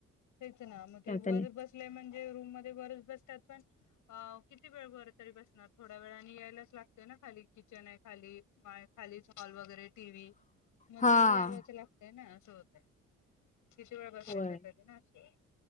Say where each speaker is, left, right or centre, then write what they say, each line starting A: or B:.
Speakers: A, on the left; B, on the left.
A: तेच ना मग ते
B: त्याने
A: वर बसले म्हणजे रूम मध्ये वरच बस त्यात पण आव किती वेळ वर तरी बस थोड्या वेळाने यायलाच लागतय ना खाली. किचन आहे खाली पाय खालीच हॉल वगैरे टी व्ही म
B: हा.
A: ते यावच लागतय ना. चोवते किती वेळ बसायचा
B: होय
A: तरी ना असं